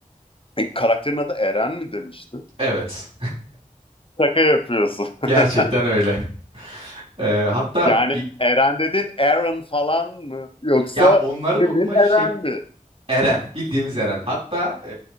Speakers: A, on the left; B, on the right.
A: e, karakterin adı Eren mi demişti?
B: Evet.
A: Şaka yapıyorsun. <laughs>
B: Gerçekten öyle. Ee, hatta
A: yani
B: bi-
A: Eren dedin Aaron falan mı? Yoksa
B: ya onların
A: bildiğin
B: okuma şey
A: Eren mi?
B: Eren, bildiğimiz Eren. Hatta ee,